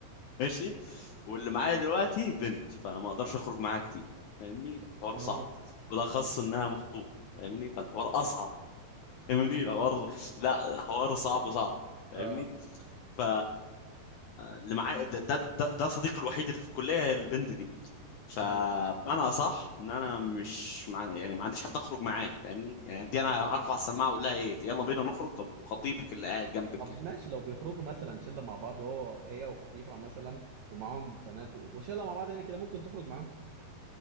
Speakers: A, on the left; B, on the right.
A: ماشي واللي معايا دلوقتي بنت فما اقدرش اخرج معاها كتير فاهمني الحوار
B: اه
A: صعب بالاخص انها مخطوبه فاهمني فالحوار اصعب فاهمني الحوار <laughs> لا حوار صعب صعب فاهمني
B: اه
A: ف اللي معايا ده, ده, ده, ده صديقي الوحيد اللي في الكليه البنت دي فانا
B: تمام
A: صح ان انا مش مع... يعني ما عنديش حد اخرج معاه فاهمني يعني دي انا هرفع السماعه اقول لها ايه يلا بينا نخرج طب وخطيبك اللي قاعد جنبك
B: طب
A: يعني
B: ماشي لو بيخرجوا مثلا شله مع بعض هو هي وخطيبها مثلا ومعاهم بنات و- وشله مع بعض يعني كده ممكن تخرج معاهم